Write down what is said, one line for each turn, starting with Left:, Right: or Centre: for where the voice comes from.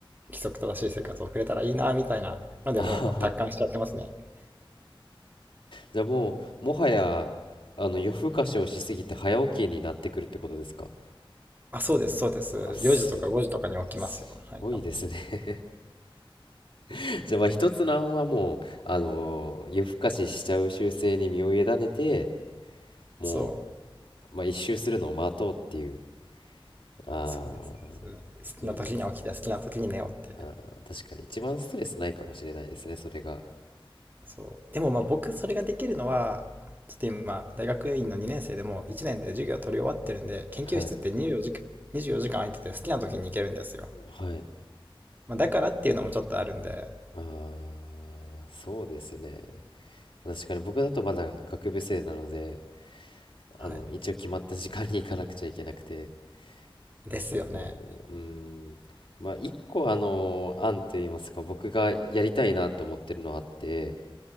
Right: 規則正しい生活を送れたらいいな、みたいなので、
Left: あはは。
Right: もう達観しちゃってますね。
Left: じゃあもう、もはや、あの、夜更かしをしすぎて早起きになってくるってことですか
Right: あ、そうです、そうです。
Left: あ、す、
Right: 4時とか5時とかに起きますよ。
Left: すごいですね。
Right: はい、たまに。
Left: <laughs> じゃあまあ一つの案はもう、あのー夜更かししちゃう習性に身を委ねて、も
Right: そう。
Left: う、まあ一周するのを待とうっていう。ああ、
Right: そうですね。そうです好きな時に起きて、
Left: いいですね。
Right: 好きな時に寝ようっていう。
Left: あー確かに一番ストレスないかもしれないですねそれが
Right: そう。でもまあ僕、それができるのは、ちょっと今、大学院の2年生でも1年で授業取り終わってるんで、研究室って24時間、
Left: はい
Right: 24時間空いてて好きな時に行けるんですよ。
Left: はい
Right: まあだからっていうのもちょっとあるんで、
Left: ああそうですね確かに僕だとまだ学部生なのであの一応決まった時間に行かなくちゃいけなくて
Right: はい。ですよね。
Left: ですよねうーんまあ一個あの案といいますか僕がやりたいなと思ってるのあって